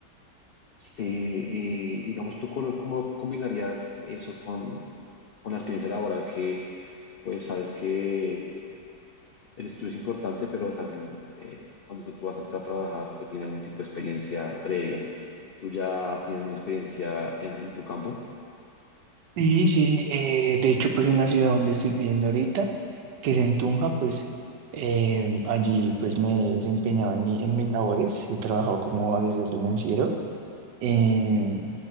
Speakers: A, on the left; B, on the right.
A: Sí, y digamos, ¿tú cómo, cómo combinarías eso con, con la experiencia laboral que, pues, sabes que El estudio es importante, pero también eh, cuando tú vas a entrar a trabajar te piden algún tipo de experiencia previa. ¿Tú ya tienes una experiencia en, en tu campo?
B: Sí, sí, eh, de hecho, pues en la ciudad donde estoy viviendo ahorita, que es en Tunja, pues em, allí pues me he desempeñado en, mi- en mis labores, he trabajado como asesor financiero em,